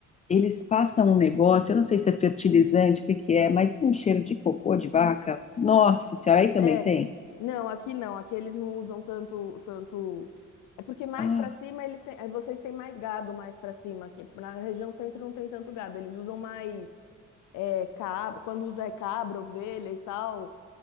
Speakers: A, on the left (about 25°); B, on the left (about 85°).
A: eles passam um negócio, eu não sei se é fertilizante, o que que é, mas um cheiro de cocô de vaca. Nossa senhora, aí também
B: É.
A: tem.
B: Não, aqui não. Aqui eles não usam tanto, tanto. É porque mais
A: Ah,
B: para cima eles têm, eh, vocês têm mais gado mais para cima aqui. Na região centro não tem tanto gado. Eles usam mais é, cabra. Quando usa é cabra, ovelha e tal.